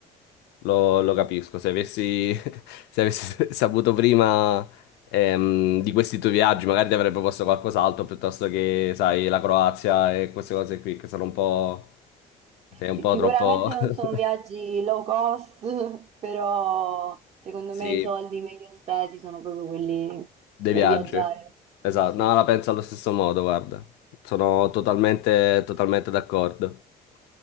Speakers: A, on the left; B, on the right.
A: Lo, lo capisco, se avessi, <laughs> se avessi saputo prima ehm, di questi tuoi viaggi, magari ti avrei proposto qualcos'altro piuttosto che, sai, la Croazia e queste cose qui che sono un po'... sei un
B: Sì,
A: po'
B: sicuramente
A: troppo...
B: non
A: <laughs>
B: sono viaggi low cost, <laughs> però secondo
A: Sì,
B: me i soldi meglio spesi sono proprio quelli
A: dei
B: per
A: viaggi.
B: viaggiare.
A: Esatto,
B: Sì,
A: no,
B: sì.
A: la penso allo stesso modo, guarda. Sono totalmente, totalmente d'accordo. <laughs>